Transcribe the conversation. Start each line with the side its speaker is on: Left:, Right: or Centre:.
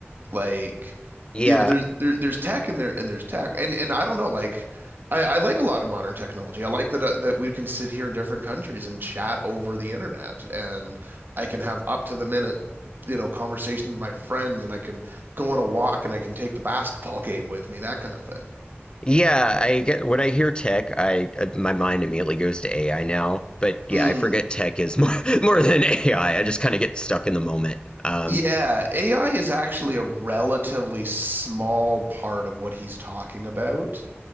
Right: Like,
Left: yeah,
Right: you know, there's there, there's tech and there and there's tech, and and I don't know, like, I, I like a lot of modern technology. I like that uh, that we can sit here in different countries and chat over the internet, and I can have up to the minute, you know, conversation with my friends, and I can go on a walk, and I can take the basketball <laughs> game with me, that kind of thing.
Left: Yeah, I get when I hear tech, I uh, my mind immediately goes to AI now. But yeah,
Right: Mm.
Left: I forget tech is more <laughs> more than AI. I I just kind of get stuck in the moment. Um,
Right: Yeah, AI is actually a relatively small part of what he's talking about.